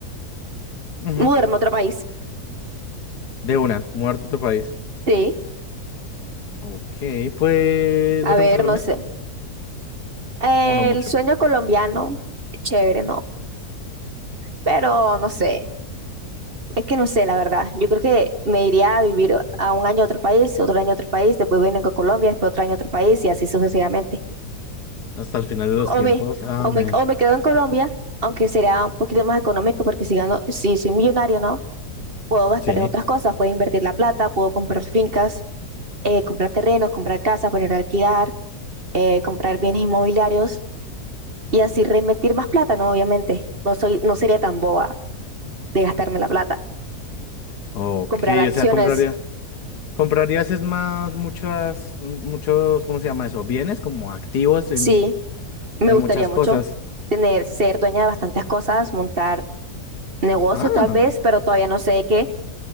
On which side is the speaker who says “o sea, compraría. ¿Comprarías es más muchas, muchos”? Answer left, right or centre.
Left